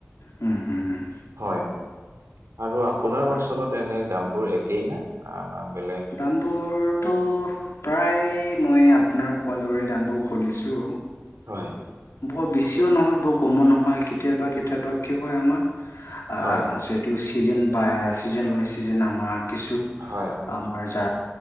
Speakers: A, on the left; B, on the right.
A: উম, উম, উম,
B: হয়। আৰু আপোনাৰ
A: আৰু
B: অঞ্চলত এনেই দামবোৰ একেই নে বেলেগ?
A: দামবোৰতো প্ৰায় মই আপোনাৰ কোৱাদৰে দামবোৰ শুনিছো
B: হয়।
A: বৰ বেছিও নহয় বৰ কমো নহয়, কেতিয়াবা কেতিয়াবা কি হয় আমাৰ আহ
B: হয়,
A: টো চিজন পায়, চিজন বায় চিজন আমাৰ কিছু
B: হয়।
A: আমাৰ যা